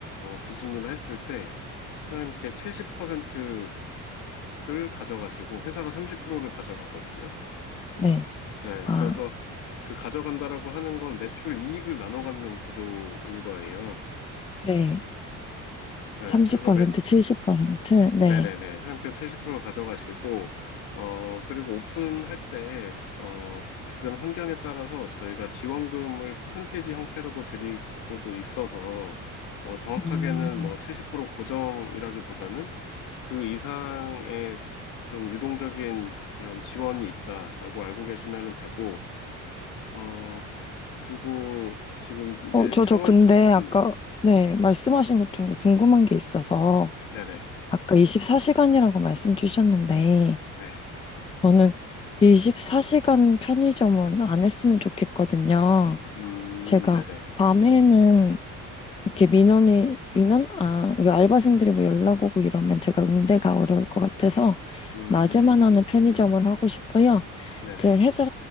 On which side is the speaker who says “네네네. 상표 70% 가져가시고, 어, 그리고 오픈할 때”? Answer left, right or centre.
Left